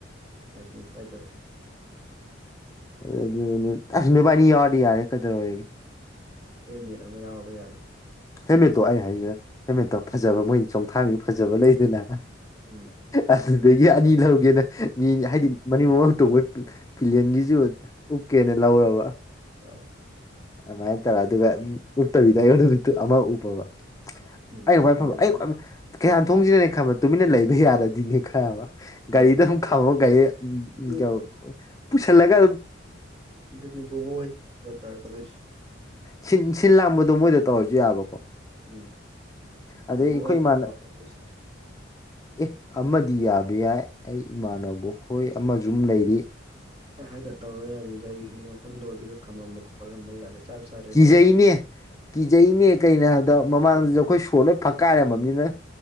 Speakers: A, on the right; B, on the left.
A: ꯂꯥꯏꯁꯦꯟꯁ ꯀꯥꯏꯗꯔꯛꯑꯦ
B: ꯑꯗꯨ ꯑꯁ ꯅꯨꯕꯥꯅꯤ ꯌꯥꯎꯔꯗꯤ ꯌꯥꯔꯦ ꯀꯗ꯭ꯔ ꯑꯣꯏꯒꯦ
A: ꯍꯦꯜꯃꯦꯠ ꯑꯃ ꯌꯥꯎꯔꯕ ꯌꯥꯔꯦ
B: ꯍꯦꯜꯃꯦꯠꯇꯣ ꯑꯩ ꯍꯥꯏꯁꯦ ꯍꯦꯜꯃꯦꯠꯇꯣ ꯐꯖꯕ ꯃꯣꯏꯗꯤ ꯆꯣꯡꯊꯥꯡꯒꯤ ꯐꯖꯕ ꯂꯩꯗꯅ
A: ꯎꯝ
B: ꯑꯗꯨꯗꯒꯤ ꯑꯅꯤ ꯂꯧꯒꯦꯅ ꯃꯤꯅꯤ ꯍꯥꯏꯗꯤ ꯃꯅꯤꯡ ꯃꯃꯜ ꯇꯣ ꯄꯤꯂꯤꯌꯟꯒꯤꯁꯨ ꯎꯞꯀꯦꯅ ꯂꯧꯔꯕ
A: ꯌꯥꯎ
B: ꯃꯥꯏ ꯇꯔ ꯑꯗꯨ ꯑꯗꯨꯒ ꯄꯨꯠꯇꯕꯤꯗꯣꯠꯇ ꯑꯃ ꯎꯕꯕ
A: ꯎꯝ
B: ꯑꯩ ꯈꯋꯥꯏ ꯐꯕ
A: ꯑꯗꯒꯤ
B: ꯑꯩ ꯀꯩꯌꯥ ꯊꯣꯡꯁꯤꯅꯅꯦ ꯈꯕ ꯇꯨꯃꯤꯟꯅ ꯂꯩꯕ ꯌꯥꯔꯗꯤꯅꯦ ꯈꯕ ꯒꯥꯔꯤꯗ
A: ꯎꯝ
B: ꯑꯗꯨꯨ ꯈꯥꯃꯣ ꯒꯥꯔꯤ ꯎꯝ
A: ꯑꯗꯨꯅꯦ
B: ꯀꯌꯥ ꯄꯨꯁꯜꯂꯒ
A: ꯗꯤꯅꯤꯕꯣꯕ ꯍꯔ ꯇꯔꯦ ꯀꯗ
B: ꯁꯤ ꯁꯤꯜ ꯂꯥꯛꯝꯕꯗꯣ ꯃꯣꯏꯗ ꯇꯧꯔꯁꯨ ꯌꯥꯕꯀꯣ
A: ꯎꯝ
B: ꯑꯗꯩ
A: ꯕꯣꯕꯣꯛ
B: ꯑꯩꯈꯣꯏ
A: ꯍꯣꯏ
B: ꯏꯃꯥꯟꯅ
A: ꯂꯥꯛꯀꯗꯣꯏꯁꯦ
B: ꯑꯦ ꯑꯃꯗꯤ ꯌꯥꯕ ꯌꯥꯏ ꯑꯩ ꯏꯃꯥꯟꯅꯕ ꯍꯣꯏ ꯑꯃꯁꯝ ꯂꯩꯔꯤ
A: ꯍꯥꯏꯗ ꯇꯧꯔꯣ ꯌꯥꯔꯤꯉꯔꯤꯒꯤ ꯃꯐꯝꯗꯣ ꯑꯗꯨꯗ ꯈꯝꯃꯝꯕ ꯈꯣꯠꯂꯝꯕ ꯌꯥꯔꯦ ꯆꯞ ꯆꯔꯦꯕꯣ
B: ꯀꯤꯖꯩꯅꯦ ꯀꯤꯖꯩꯅꯦ ꯀꯩꯅ ꯍꯥꯏꯕꯗ ꯃꯃꯥꯡꯗꯁꯨ ꯑꯩꯈꯣꯏ ꯁꯣꯔ ꯂꯣꯏ ꯐꯛꯀꯥꯏꯔꯝꯃꯕꯅꯤꯅ